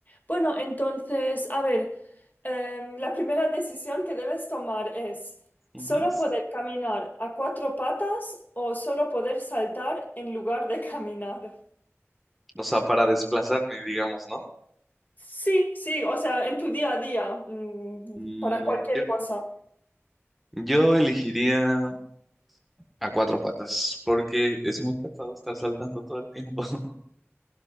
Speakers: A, on the left; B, in the centre.
A: Bueno, entonces, a ver, em, la primera decisión que debes tomar es
B: Ujú.
A: solo poder caminar a cuatro patas o solo poder saltar en lugar de caminar.
B: O sea, para desplazarme, digamos, ¿no?
A: Sí, sí, o sea, en tu día a día, mm,
B: Mm,
A: para cualquier
B: yo,
A: cosa.
B: yo elegiría a cuatro patas, porque es muy cansado estar saltando todo el tiempo. <laughs>